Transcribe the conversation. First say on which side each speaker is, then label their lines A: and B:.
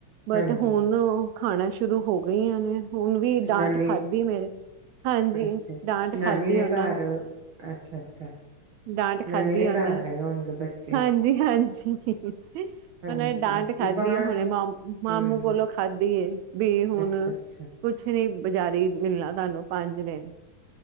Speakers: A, on the right; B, on the right.
A: ਬਟ
B: ਹਾਂਜੀ
A: ਹੁਣ ਖਾਣਾ ਸ਼ੁਰੂ ਹੋ ਗਈਆਂ ਨੇ ਹੁਣ ਵੀ ਡਾਂਟ
B: ਨਾਨੀ
A: ਖਾਧੀ ਮੇਰੇ ਹਾਂਜੀ
B: ਅੱਛਾ
A: ਡਾਂਟ
B: ਨਾਨੀ
A: ਖਾਧੀ
B: ਦੇ
A: ਉਹਨਾਂ
B: ਘਰ
A: ਨੇ
B: ਅੱਛਾ ਅੱਛਾ
A: ਡਾਂਟ
B: ਨਾਨੀ
A: ਖਾਧੀ
B: ਦੇ
A: ਆ ਉਹਨੇ
B: ਘਰ ਆਏ ਹੋਣਗੇ ਬੱਚੇ
A: ਹਾਂਜੀ ਹਾਂਜੀ ਉਹੇ
B: ਹਾਂਜੀ
A: ਨੇ ਡਾਂਟ ਖਾਧੀ
B: ਤੇ ਬਾਹਰ
A: ਹੈ ਹੁਣੇ ਮ ਮਾਮੂ
B: ਹੂੰ
A: ਕੋਲੋਂ ਖਾਧੀ ਵੀ ਹੁਣ
B: ਅੱਛਾ ਅੱਛਾ
A: ਕੁਛ ਨੀ ਬਜ਼ਾਰੀ ਮਿਲਣਾ ਤੁਹਾਨੂੰ ਪੰਜ ਦਿਨ